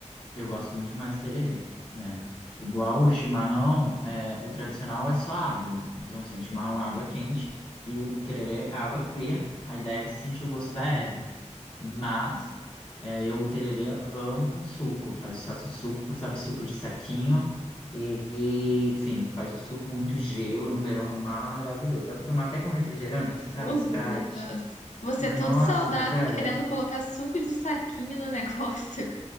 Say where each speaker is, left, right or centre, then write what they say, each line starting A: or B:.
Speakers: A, on the left (about 45°); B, on the left (about 75°).
A: Eu gosto muito mais do tererê. É. Igual o chimarrão, é, o tradicional é só água. Então, assim, o chimarrão é água quente e o tererê é água fria. A ideia é você sentir o gosto da erva. Mas é, eu o tererê amo com suco. Faz, faz o suco, sabe, suco de saquinho. E, e, enfim, faz o suco com muito gelo. No verão é maravilhoso. Dá pra tomar até com refrigerante, sabe?
B: Ô, Lucas,
A: Sprite.
B: você
A: Nossa,
B: é todo saudável
A: sério.
B: querendo colocar suco de saquinho no negócio.